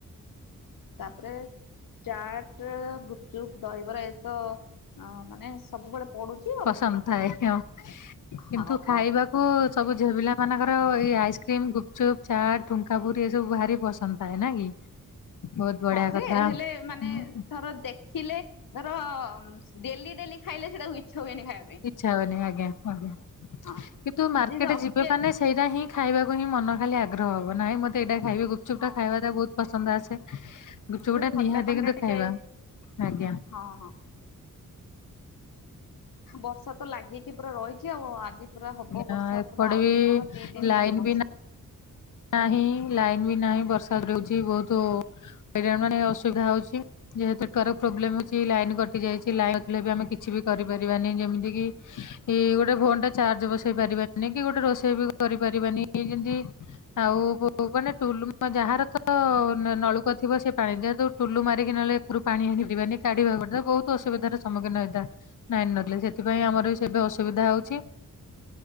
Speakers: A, on the left; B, on the left.
A: ତାପରେ ଚାଟ, ଗୁପଚୁପ, ଦହିବରା ଏତ ମାନେ ସବୁବେଳେ ପଡୁଚି।
B: ପସନ୍ଦ ଥାଏ ଆ
A: ହଁ
B: କିନ୍ତୁ
A: ହଁ।
B: ଖାଇବାକୁ ସବୁ ଝିଆପିଲା ମାନଙ୍କର ଆମର ଏଇ ଆଇସ୍କ୍ରିମ, ଗୁପଚୁପ୍, ଚାଟ, ଠୁଙ୍କାପୁରୀ ଏ ସବୁ ଭାରି ପସନ୍ଦ ଥାଏ ନା କି। ବହୁତ ବଢିଆ
A: ହଁ ଯେ
B: କଥା।
A: ହେଲେ ମାନେ
B: ହୁଁ,
A: ଧର ଦେଖିଲେ ଧର ଡେଲି ଡେଲି ଖାଇଲେ ସେଇଟାକୁ ଇଚଛ ହୁଏନି ଖାଇବାକୁ।
B: ଇଚ୍ଛା ହୁଏନି ଆଜ୍ଞା ଆଜ୍ଞା
A: ହଁ।
B: କିନ୍ତୁ ମାର୍କେଟ
A: ଯେ ଅକେ
B: ଯିବେ ମାନେ ସେଇଟା ହିଁ ଖାଇବାକୁ ହିଁ ମନ ଖାଲି ଆଗ୍ରହ ହବ। ନାହିଁ ମତେ ଏଇଟା ଖାଇବ ଗୁପଚୁପ୍
A: ହଁ
B: ଖାଇବାଟା
A: ହଁ
B: ବହୁତ ପସନ୍ଦ ଆସେ ଗୁପଚୁପ ଟା
A: ଖଟା
B: ନିହାତି
A: ପାଣି
B: କିନ୍ତୁ
A: ଟା ଟିକେ
B: ଖାଇବା ଆଜ୍ଞା।
A: ହଁ ହଁ।। ବର୍ଷା ତ ଲାଗିକି ପୁରା ରହିଛି ଆଉ ଆଜି। ପୁରା ହବ
B: ଆଜ୍ଞା
A: ବର୍ଷା
B: ଏପଟେ
A: ପୁରା ଆହୁରି
B: ବି
A: କଣ ଦି ଦିନ
B: ଲାଇନ
A: ହବ ବର୍ଷା।
B: ବି ନାହିଁ ଲାଇନ ବି ନାହିଁ ବର୍ଷାଦ ରହୁଛି ବହୁତ ହଇରାଣ ମାନେ ଅସୁବିଧା ହଉଛି। ଯେହେତକ ପ୍ରୋବ୍ଲେମ ଅଛି ଲାଇନ କଟି ଯାଇଛି ଲାଇନ ନଥିଲେ ବି ଆମେ କିଛି ବି କରିପାରିବାନି ଯେମିତି କିି। ଏ ଗୋଟେ ଫୋନ ଟା ଚାର୍ଜ ବସେଇ ପାରିବାନି, କି ଗୋଟେ ରୋଷେଇ ବି କରିପାରିବାନି ଯେମତି। ଆଉ ମାନେଟୁଲୁ ଯାହାର ତ ନଳକୂଅ ଥିବ ସେ ପାଣି ଯେହେତୁ। ଟୁଲୁ ମାରିକି ନେଲେ ଏରୁ ପାଣି ଆଣି ପିବାନି କାଢିବାକୁ ପଡ ବହୁତ ଅସୁବିଧାର ସମ୍ମୁଖୀନ ହେଇ ଥାଏ। ଲାଇନ୍ ନଥିଲେ ସେଥିପାଇଁ ଆମର ବି ସେବେ ଅସୁବିଧା ହଉଛି।